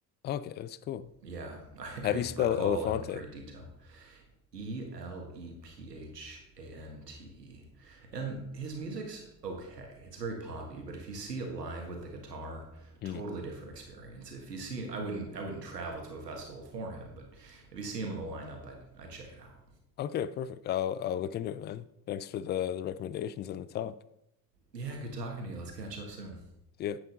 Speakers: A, on the left; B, on the right.
A: Okay, that's cool.
B: Yeah, <laughs> I,
A: How do
B: I
A: you spell
B: recall
A: Elefante?
B: in great detail. E L E P H A N T E. And his music's okay. It's very poppy, but if you see it live with the guitar,
A: Hmm.
B: totally different experience. If you see I wouldn't I wouldn't travel to a festival for him, but if you see him on the lineup, I'd I'd check it out.
A: Okay, perfect. I'll I'll look into it then. Thanks for the the recommendations and the talk.
B: Yeah, good talking to you. Let's catch up soon.
A: See ya.